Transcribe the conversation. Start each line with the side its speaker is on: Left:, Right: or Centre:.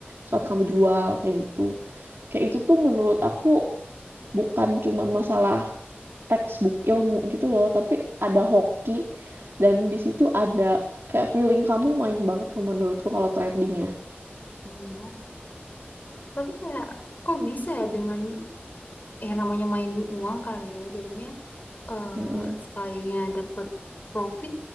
Right: saat kamu jual, kayak gitu. Kayak itu tuh menurut aku bukan cuman masalah textbook ilmu gitu loh, tapi ada hoki dan di situ ada kayak feeling kamu main banget tuh menurutku kalau trading ya.
Left: Iya. Tapi kayak kok bisa ya dengan yang namanya mainin uang kali ya jadinya eh,
Right: Mm-mm.
Left: sekalinya dapet profit